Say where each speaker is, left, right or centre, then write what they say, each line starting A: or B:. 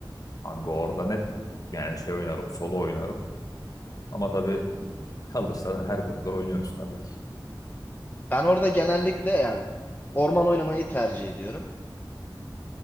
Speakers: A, on the left (about 45°); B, on the left (about 25°).
A: Kanka orada net yani şey oynarım, solo oynarım. Ama tabii kalırsa her koridor oynuyoruz tabii ki.
B: Ben orada genellikle yani orman oynamayı tercih ediyorum.